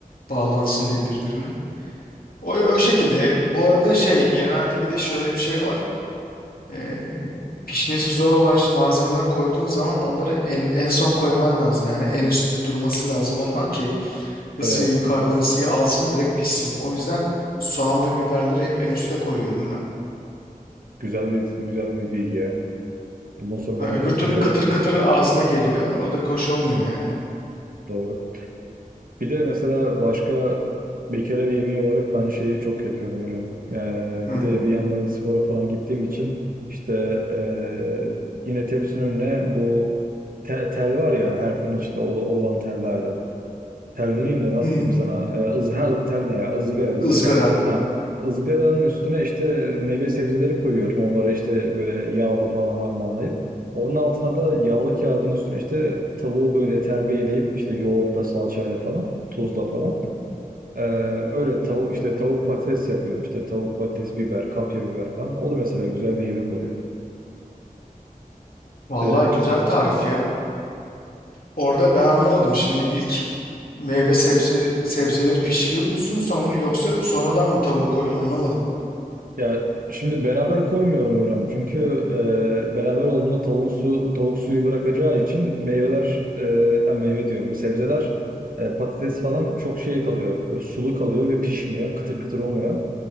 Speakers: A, on the left (about 80°); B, on the right (about 75°).
A: bağlansın diye birbirine. O, o şekilde. Bu arada şey genelde bir de şöyle bir şey var. Ee, pişmesi zor olan ş- malzemeler koyduğun zaman onları en, en son koyman lazım. Yani en üstte durması lazım onlar ki ısıyı
B: evet
A: yukarıdan ısıyı alsın direkt pişsin. O yüzden soğan ve biberleri hep en üste koyuyorum ben.
B: güzel bir güzel bir bilgi ya. Bundan sonra
A: Ha,
B: ben
A: öbür
B: de yapınca
A: türlü kıtır kıtır ağzına geliyor. O da hoş olmuyor yani.
B: doğru. Bir de mesela başka bir kere bir yemeği olarak ben şeyi çok yapıyorum hocam. Ee,
A: Hı.
B: bir de bir yandan spora falan gittiğim için işte ee, yine tepsinin önüne bu tel, tel var ya her fırın içinde ol- olan tellerden. Tel demeyeyim de nasıl
A: Hı.
B: diyeyim sana? Ee, ız, ha, tel ne ya? Izgara, ızgara.
A: Izgara.
B: Ha. ızgaranın üstüne işte meyve sebzeleri koyuyorum. Onları işte böyle yağla falan harmanlayıp. Onun altına da yağlı kağıdın üstüne işte tavuğu böyle terbiyeleyip işte yoğurtla, salçayla falan, tuzla falan. Ee, öyle tavuk işte tavuk patates yapıyorum. İşte tavuk patates, biber, kapya biber falan. O da mesela güzel bir yemek oluyor.
A: Vallahi
B: Ee,
A: güzel tarif ya. Orada ben anlamadım şimdi ilk meyve sebze sebzeleri pişiriyor musun son yoksa sonradan mı tavuğu koyun anlamadım.
B: Ya şimdi beraber koymuyorum hocam. Çünkü e, beraber olduğunda tavuğun su, tavuk suyu bırakacağı için meyveler, e, ha, meyve diyorum, sebzeler, e, patates falan çok şey kalıyor. Böyle sulu kalıyor ve pişmiyor. Kıtır kıtır olmuyor.